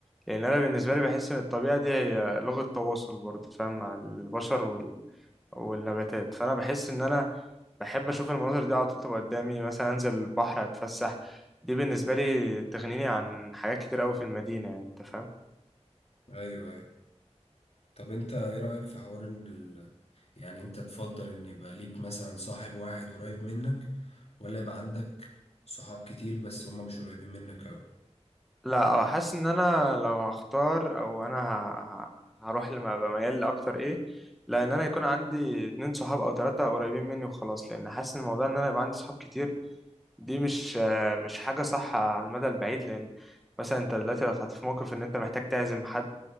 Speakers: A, in the centre; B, on the left.
A: لان انا بالنسبه لي بحس ان الطبيعه دي هي لغه تواصل برضه فاهم مع البشر وال... والنباتات فانا بحس ان انا بحب اشوف المناظر دي على طول تبقى قدامي مثلا انزل البحر اتفسح دي بالنسبه لي تغنيني عن حاجات كتير قوي في المدينه يعني انت فاهم
B: ايوه ايوه طب انت ايه رأيك في حوار ان ال... يعني انت تفضل ان يبقى ليك مثلا صاحب واحد قريب منك ولا يبقى عندك صحاب كتير بس هما مش قريبين منك اوي
A: لا آه، حاسس ان انا لو هختار او انا ه- ه- هروح لما بميل لاكتر ايه لان انا يكون عندي اتنين صحاب او تلاتة قريبين مني وخلاص لان حاسس ان الموضوع ان انا يبقى عندي صحاب كتير دي مش آه، مش حاجة صح على المدى البعيد لان مثلا انت دلوقتي لو اتحطيت في موقف ان انت محتاج تعزم حد